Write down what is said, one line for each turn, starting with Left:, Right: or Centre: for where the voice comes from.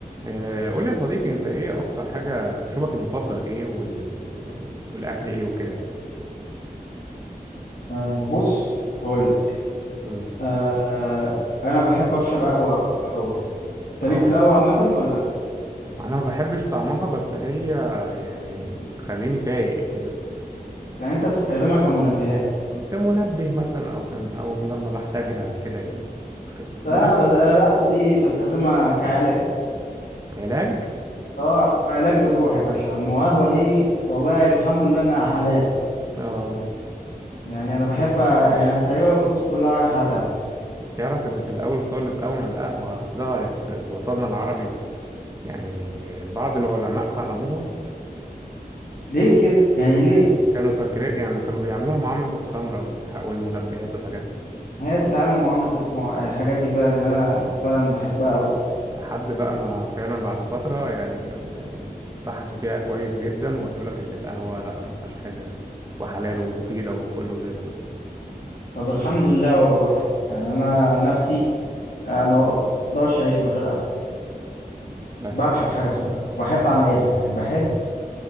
Right: آه، قول لي يا صديقي انت ايه اكتر حاجة مشروبك المفضل ايه وال... والاكل ايه وكده يعني
Left: آه، بص هقول لك
Right: امم
Left: آه انا بحب اشرب قهوه أوي. انت
Right: اه
Left: ليك في القهوه عامه ولا
Right: انا ما بحبش طعمها بس هي يعني بتخليني فايق كده
Left: يعني انت بتستخدمها كمنبهات
Right: أو كمنبه مثلا او كان او لما بحتاجها كده يعني خ-
Left: لا
Right: بلان بي
Left: بس انا القهوه دي بستخدمها كعلاج
Right: علاج
Left: اه علاج للروح يا باشا القهوه دي والله الحمد لله انها حلال
Right: اه
Left: يعني انا بحب يعني انا تقريبا فلوسي كلها رايحه على القهوه
Right: تعرف ان في الاول خالص اول ما القهوة ظهرت في وطننا العربي يعني بعض العلماء حرموها
Left: ليه كده يعني ليه
Right: كانوا فاكرين يعني كانوا بيعملوها معاملة الخمرة والح- والمنبهات والحاجات
Left: هي بتتعامل معامله الحو- الحاجات دي فعلا
Right: دي
Left: اللي انا فعلا بحبها قوي
Right: لحد بقى ما فعلا بعد فترة يعني ب- ب- يعني بحثوا فيها كويس جدا وقالوا لك إن القهوة لا ما فيهاش حاجة وحلال ومفيدة وكله زي الفل
Left: طب الحمد لله والله يعني انا عن نفسي آه، ما اقدرش اعيش من غير قهوه
Right: بس
Left: بعشق حاجه اسمها وبحب اعملها يعني بحب